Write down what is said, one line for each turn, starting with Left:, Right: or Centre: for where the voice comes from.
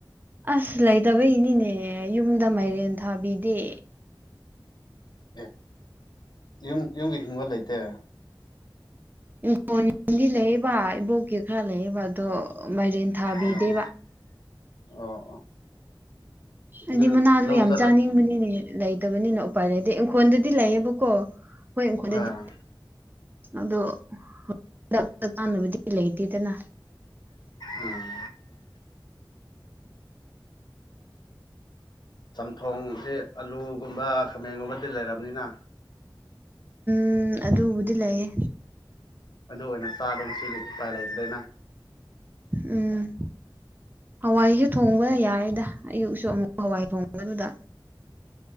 Right: ꯑꯁ ꯂꯩꯇꯕ ꯏꯅꯤꯅꯦ ꯌꯨꯝꯗ ꯃꯥꯏꯔꯦꯟ ꯊꯥꯕꯤꯗꯦ
Left: ꯑꯦ ꯌꯨꯝ ꯌꯨꯝꯒꯤ ꯍꯤꯡꯒꯣꯜ ꯂꯩꯇꯦ
Right: ꯏꯣꯗꯤ ꯂꯩꯕ ꯏꯕꯣꯛꯀꯤ ꯈꯔ ꯂꯩꯕ ꯑꯗꯣ ꯃꯔꯦꯟ ꯊꯥꯕꯤꯗꯦꯕ
Left: ꯎꯝ ꯑꯣ ꯑꯣ
Right: ꯍꯥꯏꯗꯤ
Left: ꯑꯗꯨ
Right: ꯃꯅꯥꯗꯨ
Left: ꯂꯧ
Right: ꯌꯥꯝ
Left: ꯆꯠꯂ
Right: ꯆꯥꯅꯤꯡꯕꯅꯤꯅꯦ ꯂꯩꯇꯕꯅꯤꯅ ꯎꯄꯥꯏ ꯂꯩꯗꯤ ꯏꯪꯈꯣꯣꯟꯗꯗꯤ ꯂꯩꯌꯦꯕꯀꯣ ꯍꯣꯏ ꯏꯪꯈꯣꯣꯟꯗꯗꯤ
Left: ꯑꯥ
Right: ꯑꯗꯣ ꯍꯟꯗꯛꯇ ꯀꯥꯟꯅꯕꯗꯤ ꯂꯩ ꯗꯅ
Left: ꯎꯝ ꯆꯝꯊꯣꯡꯁꯦ ꯑꯂꯨꯒꯨꯝꯕ ꯈꯥꯃꯦꯟꯒꯨꯝꯕꯗꯤ ꯂꯩꯔꯕꯝꯅꯤꯅ
Right: ꯎꯝ ꯑꯗꯨꯕꯨꯗꯤ ꯂꯩꯌꯦ
Left: ꯑꯗꯨ ꯑꯣꯏꯅ ꯆꯥꯗꯅ ꯁꯤꯗꯤ ꯎꯄꯥꯏ ꯂꯩꯇꯗꯅ
Right: ꯎꯝ ꯍꯋꯥꯏꯁꯨꯦ ꯊꯣꯡꯕ ꯌꯥꯏꯗ ꯑꯌꯨꯛ ꯑꯃꯨꯛ ꯍꯋꯥꯏ ꯊꯣꯡꯕꯗꯨꯗ